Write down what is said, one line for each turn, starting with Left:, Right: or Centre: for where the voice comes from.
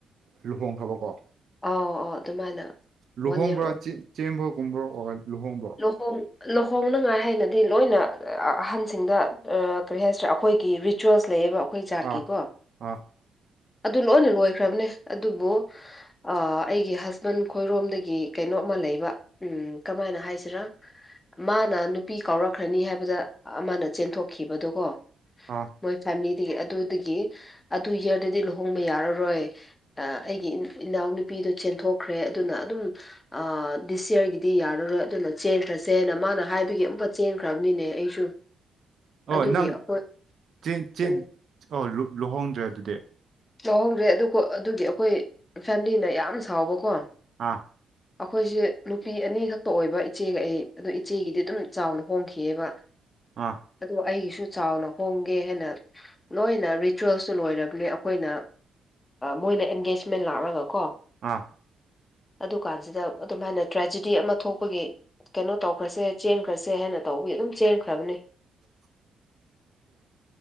Right: ꯂꯨꯍꯣꯡꯈ꯭ꯔꯕꯀꯣ
Left: ꯑꯥꯎ ꯑꯥꯎ ꯑꯗꯨꯃꯥꯏꯅ
Right: ꯂꯨꯍꯣꯡꯕ꯭ꯔꯣ
Left: ꯋꯥꯟ ꯌꯔ ꯂꯣꯏ
Right: ꯆꯦꯝꯕꯒꯨꯝꯕ꯭ꯔꯣ ꯑꯣ ꯂꯨꯍꯣꯡꯕ꯭ꯔꯣ
Left: ꯂꯨꯍꯣꯡ ꯂꯨꯍꯣꯡꯅꯉꯥꯏ ꯍꯥꯏꯅꯗꯤ ꯂꯣꯏꯅ ꯑꯍꯟꯁꯤꯡꯗ ꯑꯥ ꯀꯔꯤ ꯍꯥꯏꯁꯤꯔ ꯑꯩꯈꯣꯏꯒꯤ ꯔꯤꯆꯨꯋꯦꯜꯁ ꯂꯩꯌꯦꯕ ꯑꯩꯈꯣꯏ ꯖꯥꯠꯀꯤꯀꯣ
Right: ꯑꯥ ꯑꯥ
Left: ꯑꯗꯨ ꯂꯣꯏꯅ ꯂꯣꯏꯈ꯭ꯔꯕꯅꯦ ꯑꯗꯨꯕꯨ ꯑꯥ ꯑꯩꯒꯤ ꯍꯁꯕꯦꯟ ꯈꯣꯏꯔꯣꯝꯗꯒꯤ ꯀꯩꯅꯣꯝꯃ ꯂꯩꯕ ꯎꯝ ꯀꯃꯥꯏꯅ ꯍꯥꯏꯁꯤ ꯁꯤꯔ ꯃꯥꯅ ꯅꯨꯄꯤ ꯀꯥꯎꯔꯛꯈ꯭ꯔꯅꯤ ꯍꯥꯏꯕꯗ ꯑꯃꯅ ꯆꯦꯟꯊꯣꯛꯈꯤꯕꯗꯨꯀꯣ
Right: ꯑꯥ
Left: ꯃꯣꯏ ꯐꯦꯃꯤꯂꯤꯗꯒꯤ ꯑꯗꯨꯗꯒꯤ ꯑꯗꯨ ꯏꯌꯔꯗꯗꯤ ꯂꯨꯍꯣꯡꯕ ꯌꯥꯔꯔꯣꯏ ꯑꯩꯒꯤ ꯏꯅꯥꯎꯅꯨꯄꯤꯗꯨ ꯆꯦꯟꯊꯣꯛꯈ꯭ꯔꯦ ꯑꯗꯨꯅ ꯑꯗꯨꯝ ꯑꯥ ꯗꯤꯁ ꯌꯥꯔꯒꯤꯗꯤ ꯌꯥꯔꯔꯣꯏ ꯑꯗꯨꯅ ꯆꯦꯟꯈ꯭ꯔꯁꯦꯅ ꯃꯥꯅ ꯍꯥꯏꯕꯒꯤ ꯑꯃꯨꯛꯀ ꯆꯦꯟꯈ꯭ꯔꯕꯅꯤꯅꯦ ꯑꯩꯁꯨ
Right: ꯑꯣ
Left: ꯑꯗꯨꯒꯤ
Right: ꯅꯪ
Left: ꯑꯩꯈꯣꯏ
Right: ꯆꯦꯟ ꯆꯦꯟ
Left: ꯎꯝ
Right: ꯑꯣ ꯂꯨꯍꯣꯡꯗ꯭ꯔꯦ ꯑꯗꯨꯗꯤ
Left: ꯂꯨꯍꯣꯡꯗ꯭ꯔꯦ ꯑꯗꯨ ꯑꯗꯨꯒꯤ ꯑꯩꯈꯣꯏ ꯐꯦꯃꯤꯂꯤꯅ ꯌꯥꯝ ꯁꯥꯎꯕꯀꯣ
Right: ꯑꯥ
Left: ꯑꯩꯈꯣꯏꯁꯦ ꯅꯨꯄꯤ ꯑꯅꯤ ꯈꯛꯇ ꯑꯣꯏꯕ ꯏꯆꯦꯒ ꯑꯩ ꯑꯗꯨ ꯏꯆꯦꯒꯤꯗꯤ ꯑꯗꯨꯝ ꯆꯥꯎꯅ ꯍꯣꯡꯈꯤꯑꯦꯕ
Right: ꯑꯥ
Left: ꯑꯗꯨ ꯑꯩꯒꯤꯁꯨ ꯆꯥꯎꯅ ꯍꯣꯡꯒꯦ ꯍꯥꯏꯅ ꯂꯣꯏꯅ ꯔꯤꯆꯨꯋꯦꯜꯁꯨ ꯂꯣꯏꯔꯕꯅꯦ ꯑꯩꯈꯣꯏꯅ ꯃꯣꯏꯅ ꯑꯦꯡꯒꯦꯖꯃꯦꯟ ꯂꯥꯛꯔꯒ ꯀꯣ
Right: ꯑꯥ
Left: ꯑꯗꯨ ꯀꯥꯟꯁꯤꯗ ꯑꯗꯨꯃꯥꯏꯅ ꯇ꯭ꯔꯦꯖꯤꯗꯤ ꯑꯃ ꯊꯣꯛꯄꯒꯤ ꯀꯩꯅꯣ ꯇꯧꯈ꯭ꯔꯁꯦ ꯆꯦꯟꯈ꯭ꯔꯁꯦ ꯍꯥꯏꯅ ꯇꯧꯕꯒꯤ ꯑꯗꯨꯝ ꯆꯦꯟꯈ꯭ꯔꯕꯅꯤ
Right: <inaudible>